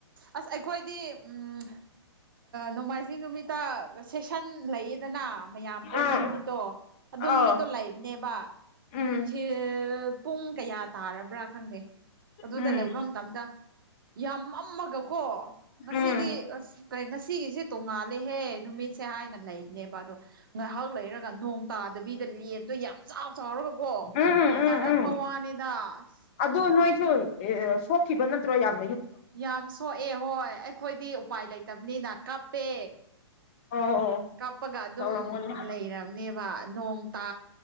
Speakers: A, on the right (about 50°); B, on the left (about 20°).
A: ꯑꯁ ꯑꯩꯈꯣꯏꯗꯤ ꯎꯝ ꯅꯣꯡꯃꯥꯏꯖꯤꯡ ꯅꯨꯃꯤꯠꯇ ꯁꯦꯁꯟ ꯂꯩꯌꯦꯗꯅ ꯃꯌꯥꯝ ꯄꯨꯟꯕ
B: ꯎꯝ
A: ꯅꯨꯃꯤꯠꯇꯣ ꯑꯗꯨ
B: ꯑꯥꯎ
A: ꯅꯨꯃꯤꯠꯇꯣ ꯂꯩꯕꯅꯦꯕ ꯅꯨꯡꯊꯤꯜ
B: ꯎꯝ
A: ꯄꯨꯡ ꯀꯌꯥ ꯇꯥꯔꯕ꯭ꯔꯥ ꯈꯪꯗꯦ ꯑꯗꯨꯗ
B: ꯎꯝ
A: ꯂꯩꯕ ꯃꯇꯝꯗ ꯌꯥꯝ ꯃꯝꯃꯒꯀꯣ ꯉꯁꯤꯗꯤ
B: ꯎꯝ
A: ꯑꯁ ꯀꯔꯤ ꯉꯁꯤꯒꯤꯁꯦ ꯇꯣꯡꯉꯥꯂꯦꯍꯦ ꯅꯨꯃꯤꯠꯁꯦ ꯍꯥꯏꯅꯅꯦ ꯂꯩꯕꯅꯦꯕ ꯑꯗꯣ ꯉꯥꯏꯍꯥꯛ ꯂꯩꯔꯒ ꯅꯣꯡ ꯇꯥꯗꯕꯤꯗ ꯂꯦꯟꯗꯣ ꯌꯥꯝ ꯆꯥꯎ ꯆꯥꯎꯔꯒꯀꯣ
B: ꯎꯝ ꯎꯝ ꯎꯝ
A: ꯇꯥꯔꯛꯄ
B: ꯎꯝ
A: ꯋꯥꯅꯤꯗꯁ
B: ꯑꯗꯨ ꯅꯣꯏꯁꯨ ꯁꯣꯛꯈꯤꯕ ꯅꯠꯇ꯭ꯔꯣ ꯌꯥꯝ
A: ꯌꯥꯝ ꯁꯣꯛꯑꯦ ꯍꯣꯏ ꯑꯩꯈꯣꯏꯗꯤ ꯎꯄꯥꯏ ꯂꯩꯇꯕꯅꯤꯅ ꯀꯞꯄꯦ
B: ꯑꯣ ꯑꯣ
A: ꯀꯥꯞꯄꯒ ꯑꯗꯨꯝ
B: ꯇꯧꯔꯝꯒꯅꯤ
A: ꯂꯩꯔꯕꯝꯅꯦꯕ ꯅꯣꯡꯇꯥ